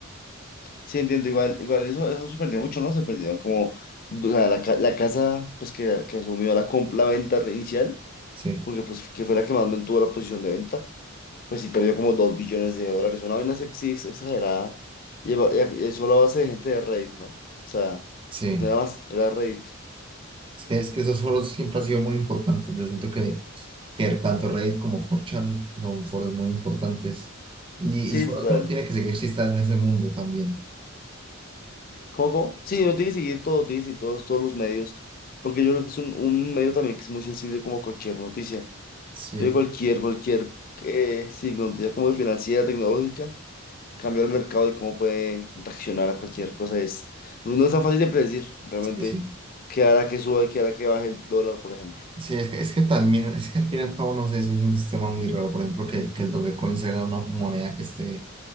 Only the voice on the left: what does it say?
sí, entiendo. Igual, igual eso, eso se perdió mucho, ¿no? Se perdieron como, o sea, la, ca- la casa pues que, que asumió la, comp- la venta inicial,
porque pues que fue la que más mantuvo la posición de venta, pues sí perdió como 2 billones de dólares. Una vaina sexy exagerada. Y, eva- y a- y eso a base de gente de Reddit, ¿no? O sea,
no era más, era Reddit.
Sí,
total.
Coco, sí, yo tiene que seguir todo, tiene que seguir todos, todos los medios, porque yo creo que es un, un medio también que es muy sensible como cualquier noticia.
Yo cualquier, cualquier, eh, sí, noticia como financiera, tecnológica, cambia el mercado y cómo puede reaccionar a cualquier cosa. Es, no no es tan fácil de predecir realmente
qué hará que suba y qué hará que baje el dólar, por ejemplo.